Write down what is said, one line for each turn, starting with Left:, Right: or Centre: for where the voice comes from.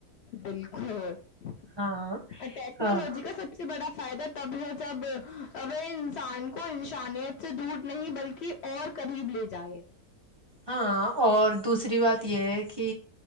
Left: بالکل اور
Right: ہاں
Left: ٹیکنالوجی
Right: ہاں
Left: کا سب سے بڑا فائدہ تب ہے جب اگر انسان کو انسانیت سے دور نہیں بلکہ اور قریب لے جائے
Right: ہاں اور دوسری بات یہ ہے کہ